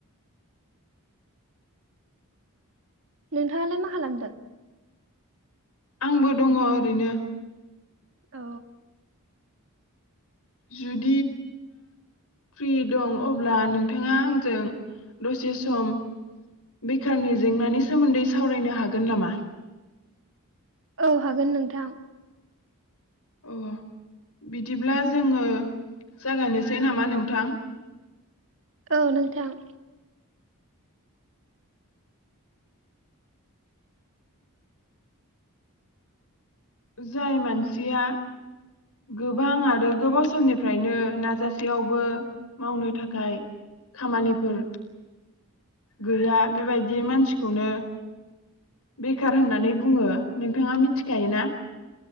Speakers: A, on the right (about 60°); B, on the left (about 85°).
A: नोंथाङालाय मा खालामदों?
B: आंबो दङ ओरैनो।
A: अ।
B: जुद फ्रि दं अब्ला नोंथाङा आंजों दसे सम बेखारनि जेंनानि सोमोन्दै सावरायनो हागोन नामा?
A: औ हागोन नोंथां।
B: अ बिदिब्ला जोङो जागायनोसै नामा नोंथां।
A: औ नोंथां।
B: जाय मानसिया गोबां आरो गोबाव समनिफ्रायनो नाजासेयावबो मावनो थाखाय खामानिफोर गैया बेबायदि मानसिखौनो बेखार होननानै बुङो नोंथाङा मिथिखायोना